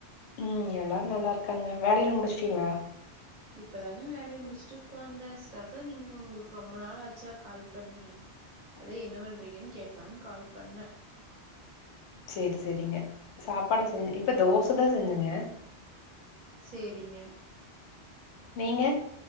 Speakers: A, on the left (about 85°); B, on the right (about 45°).
A: ம் எல்லாரு நல்லா இருக்காங்க வேலையெல்லா முடிச்சுட்டீங்ளா
B: இப்பதாங்க வேலையை முடிச்சுட்டு உட்காந்த செரி அதா நீங்க உங்களுக்கு ரொம்ப நாள் ஆச்சா கால் பண்ணி அத என்ன பண்ணுறீங்கன்னு கேக்லான்னு கால் பண்ண
A: சேரி சேரிங்க சாப்பாடு செஞ்சு இப்ப தோசதா செஞ்சேங்க
B: சேரிங்க
A: நீங்க